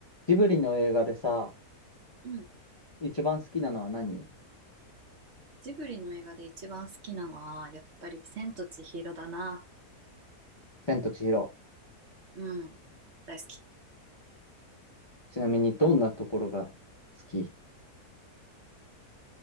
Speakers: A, on the left; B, on the right.
A: ジブリの映画でさ、
B: うん。
A: 一番好きなのは何
B: ジブリの映画で一番好きなのは、やっぱり千と千尋だな。
A: 千と千尋。
B: うん。大好き。
A: ちなみにどんなところが好き